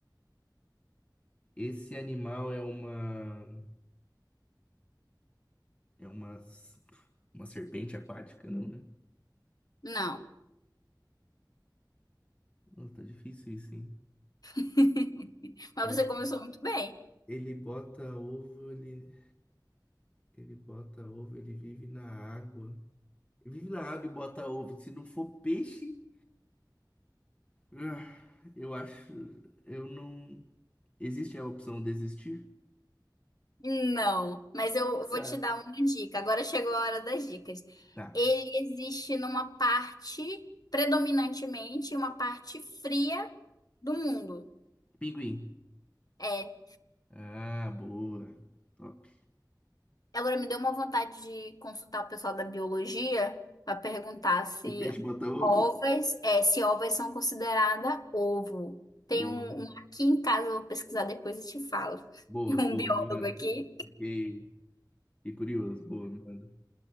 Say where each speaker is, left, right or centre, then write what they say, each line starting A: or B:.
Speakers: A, on the left (about 15°); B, on the left (about 55°).
A: Esse animal é uma... É uma... s- Uma serpente aquática, não, né?
B: Não.
A: Nossa, tá difícil isso, hein?
B: <laughs> Mas
A: É.
B: você começou muito bem.
A: Ele bota ovo, ele... Ele bota ovo, ele vive na água. Ele vive na água e bota ovo. Se não for peixe... ah, Eu acho. Eu não. Existe a opção desistir?
B: Não, mas eu vou
A: Tá.
B: te dar uma dica. Agora chegou a hora das dicas.
A: Tá.
B: Ele existe numa parte predominantemente, uma parte fria do mundo.
A: Pinguim.
B: É.
A: Ah, boa. Top.
B: Agora me deu uma vontade de consultar o pessoal da biologia para perguntar se
A: E peixe bota
B: ovas,
A: ovo?
B: é, se ovas são consideradas ovo. Tem
A: Boa.
B: um, um aqui em casa, eu vou pesquisar depois e te falo. <laughs>
A: Boa,
B: Tem um
A: boa,
B: biólogo
A: me manda.
B: aqui.
A: Fiquei, fiquei curioso. Boa, me manda.